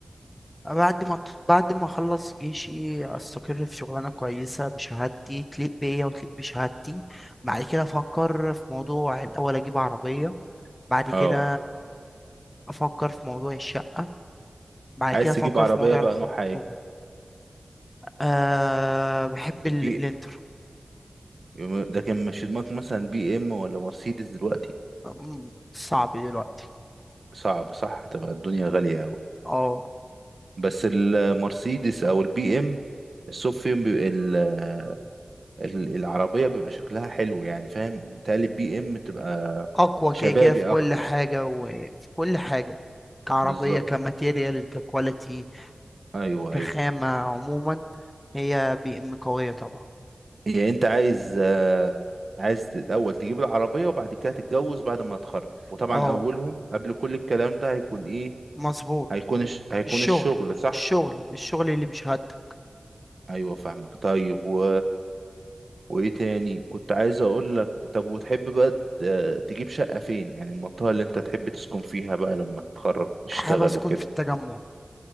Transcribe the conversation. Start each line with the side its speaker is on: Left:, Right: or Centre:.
Left: بعد ما بعد ما اخلص جيشي استقر في شغلانه كويسه بشهادتي تليق بيا وتليق بشهادتي بعد كده افكر في موضوع الاول اجيب عربيه بعد
Right: اه
Left: كده افكر في موضوع الشقه بعد
Right: عايز
Left: كده افكر
Right: تجيب عربيه
Left: في موضوع
Right: بقى
Left: الخطوبه
Right: نوعها
Left: أه بحب ال-
Right: ايه
Left: الانتر
Right: يوم- لكن مش في دماغك مثلا بي ام ولا مرسيدس دلوقتي
Left: أم، صعب دلوقتي
Right: صعب صح هتبقى الدنيا غالية قوي
Left: اه
Right: بس المرسيدس او البي ام الصوف فيهم بيبقى ال- ال- العربية بيبقى شكلها حلو يعني فاهم متهيألي البي ام تبقى
Left: اقوى
Right: شبابي
Left: كده كده في كل
Right: اكتر
Left: حاجه وفي كل حاجه كعربيه
Right: بالظبط
Left: كماتيريال ككواليتي
Right: ايوه
Left: كخامه
Right: ايوه
Left: عموما هي بي ام قويه طبعا
Right: يعني انت عايز آه، عايز الاول تجيب العربية وبعد كده تتجوز بعد ما تتخرج وطبعا
Left: اه
Right: اولهم قبل كل الكلام ده هيكون ايه
Left: مظبوط
Right: هيكون الش- هيكون
Left: الشغل
Right: الشغل صح
Left: الشغل الشغل اللي بشهادتك
Right: ايوه فاهمك طيب و وايه تاني كنت عايز اقول لك طب وتحب بقى ت- آه، تجيب شقة فين يعني المنطقة اللي انت تحب تسكن فيها بقى لما تتخرج وتشتغل
Left: حابب اسكن
Right: وكده
Left: في التجمع